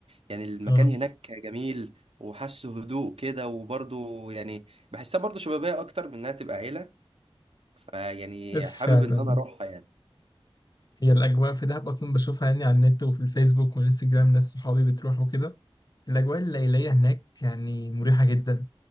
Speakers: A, on the right; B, on the left.
A: يعني المكان
B: اه
A: هناك جميل وحاسه هدوء كده وبرضه يعني بحسها برضه شبابيه اكتر من انها تبقى عيله فيعني
B: فعلا
A: حابب ان انا اروحها يعني
B: هي الأجواء في دهب أصلا بشوفها يعني على النت وفي الفيسبوك والإنستجرام ناس صحابي بتروح وكده الأجواء الليلية هناك يعني مريحة جدا